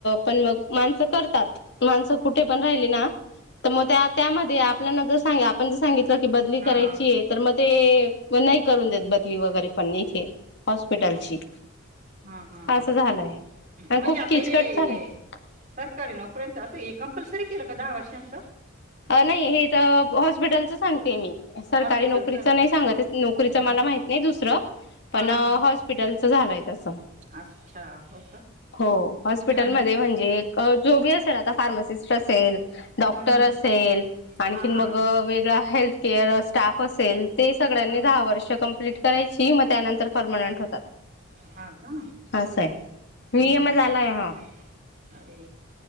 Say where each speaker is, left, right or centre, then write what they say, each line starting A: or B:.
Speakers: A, on the left; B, on the right.
A: पण मग माणसं करतात. माणसं कुठे पण राहिली ना तर मग त्या त्यामध्ये आपल्याला जर सांग आपण जर सांगितलं की बदली
B: हा
A: करायची तर मग ते मग नाही करून देत बदली वगैरे पण इथे हॉस्पिटलची
B: हा हा हा
A: असं झालंय आणि
B: म्हणजे
A: खूप
B: आता
A: किचकट
B: ये
A: झालंय
B: सरकारी नोकऱ्यांचं असं हे कंपल्सरी केलं का दहा वर्षांच
A: नाही हे तर हॉस्पिटलच सांगते मी सरकारी
B: हॉस्पिटलचं
A: नोकरीच नाही सांगत नोकरीच
B: हा
A: मला माहित नाही दुसरं पण
B: हा हा हा
A: हॉस्पिटलच झालय तसं
B: अच्छा हो का
A: हो हॉस्पिटलमध्ये
B: हा हा
A: म्हणजे जोबी असेल आता फार्मासिस्ट असेल
B: हम्म
A: र
B: हम्म
A: असेल आणखीन
B: हा हा
A: मग वेगळा हेल्थकअर स्टाफ असेल ते सगळ्यांनी
B: हा
A: दहा वर्ष कंप्लीट करायची मग त्यानंतर परर्मनंट होतात
B: हा का
A: हा स आहे
B: हम्
A: नियम
B: हम्
A: झालाय हा
B: अरे